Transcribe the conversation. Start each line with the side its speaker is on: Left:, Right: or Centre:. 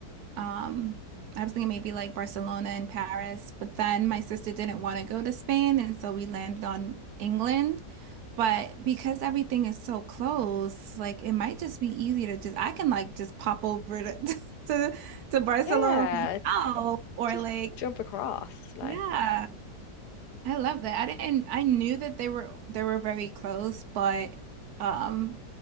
Right: Um I was thinking maybe like Barcelona and Paris, but then my sister didn't want to go to Spain, and so we landed on England. But because everything is so close, like it might just be easy to just I can like just pop over to <laughs> to, to Barcelona
Left: Yeah,
Right: myself or
Left: just
Right: like
Left: jump across. Like
Right: yeah, I love that. I didn't I knew that they were they were very close, but um